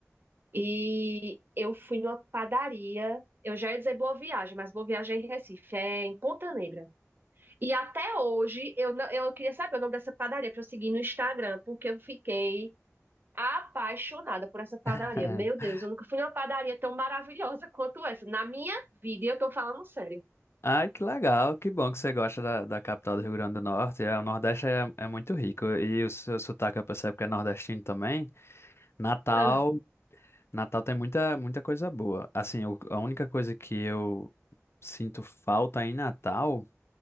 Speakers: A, on the right; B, on the left.
A: E eu fui numa padaria. Eu já ia dizer Boa Viagem, mas Boa Viagem é em Recife, é em Ponta Negra. E até hoje eu, não- eu queria saber o nome dessa padaria para eu seguir no Instagram, porque eu fiquei apaixonada por essa padaria.
B: <laughs>
A: Meu Deus, eu nunca fui numa padaria tão maravilhosa quanto essa. Na minha vida, e eu tô falando sério.
B: Ai, que legal, que bom que você gosta da, da capital do Rio Grande do Norte. É, o Nordeste é, é muito rico e o seu sotaque eu percebo que é nordestino também. Natal,
A: <laughs>
B: Natal tem muita, muita coisa boa. Assim, o- a única coisa que eu sinto falta em Natal.